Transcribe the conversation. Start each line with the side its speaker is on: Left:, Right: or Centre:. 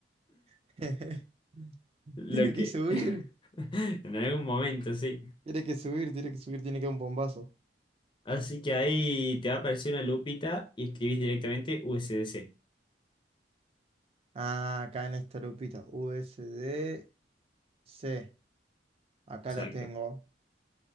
Right: <laughs>
Left: Lo
Right: Tiene
Left: que.
Right: que subir.
Left: <laughs> En algún momento, sí.
Right: Tiene que subir, tiene que subir, tiene que dar un bombazo.
Left: Así que ahí te va a aparecer una lupita y escribís directamente USDC.
Right: Ah, acá en esta lupita. USD C. Acá
Left: Exacto.
Right: la tengo.